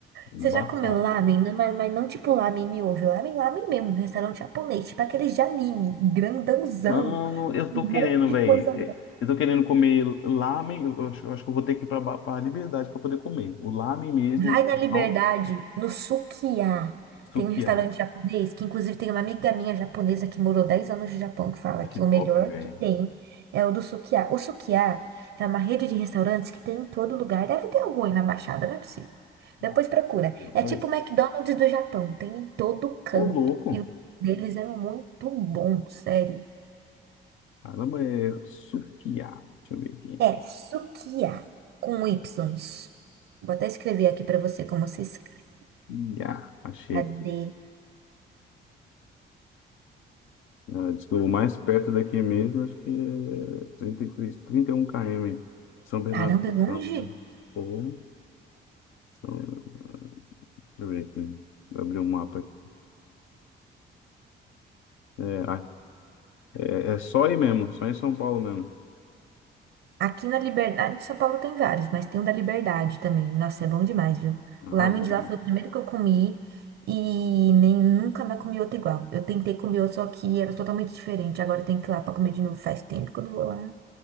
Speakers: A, on the left; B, on the right.
A: Embaçado.
B: Você já comeu lamen? Não, Mas, mas não tipo lamen miojo. Lamen, lamen mesmo. Restaurante japonês. Tipo aqueles de anime. Grandãozão.
A: Mano, eu
B: Um
A: tô querendo,
B: monte de
A: velho.
B: coisa.
A: Eu tô querendo comer lamen. Eu acho, eu acho que eu vou ter que ir pra, Ba- pra Liberdade pra poder comer. O lamen mesmo,
B: Vai
A: original,
B: na Liberdade, no Sukiá.
A: sukiá.
B: Tem um restaurante japonês, que inclusive tem uma amiga minha japonesa que morou 10 anos no Japão, que fala
A: Ai,
B: que
A: Que top,
B: o melhor
A: velho.
B: que tem é o do Sukiá. O Sukiá é uma rede de restaurantes que tem em todo lugar. Deve ter algum aí na Baixada, não é possível. Depois
A: Ah,
B: procura.
A: pera, peraí.
B: É tipo o McDonald's do Japão, tem em todo canto.
A: Ô, louco.
B: E o deles é muito bom, sério.
A: Caramba, é sukiá. Deixa eu ver aqui.
B: É Sukiá, com Y. Vou até escrever aqui pra você como se escreve.
A: Sukiá. Achei
B: Cadê?
A: aqui. Ah, diz que o mais perto daqui mesmo, acho que é 33, 31 km. São Bernardo
B: Caramba,
A: do
B: é
A: Campo.
B: longe?
A: Pô, São- deixa eu ver aqui. Vou abrir o um mapa aqui. É, É, é só aí mesmo, só em São Paulo mesmo.
B: Aqui na Liberdade, em São Paulo tem vários, mas tem o da Liberdade também. Nossa, é bom demais, viu?
A: Ah,
B: O lamen
A: mano.
B: de lá foi o primeiro que eu comi e nem nunca mais comi outro igual. Eu tentei comer outro, só que era totalmente diferente. Agora eu tenho que ir lá pra comer de novo. Faz tempo que eu não vou lá.